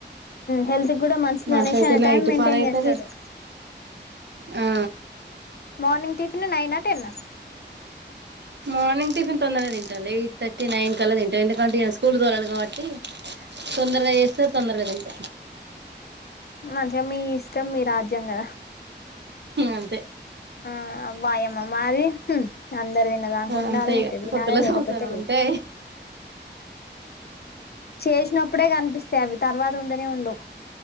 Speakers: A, on the left; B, on the right.
A: హెల్త్ కూడా మంచిది
B: మాకైతే
A: అనేసి ఆయన
B: నైట్
A: టైమ్ మెయింటైన్
B: పదైతది
A: చేస్తాడు
B: ఆ
A: మార్ర్నింగ్ టిఫన్ నైన్ అ టెన్ అ
B: మార్నింగ్ టిఫిన్ తొందరనే తింటాలె ఎయిట్ థర్టీ నైన్ కళ్ళ తింట ఎందుకంటే ఈయన స్కూల్ కి తోలాలి కాబట్టి
A: ఆహా
B: తొందరగ చేస్తే తొందరగ తింట
A: మంచిగా మీ ఇష్టం మీ రాజ్యం కదా
B: అంతే
A: ఆ వాయమ్మ మాది అందరు తిన్నదాంక ఉండాలి
B: అంతే
A: ఉంటే
B: ఇగ
A: తినాలి
B: కొత్త లో
A: లేకపోతే
B: సంవత్సర
A: లేదు
B: అంటే
A: చేసినప్పుడే కనిపిస్తాయి అవి తర్వాత ఉండనే ఉండు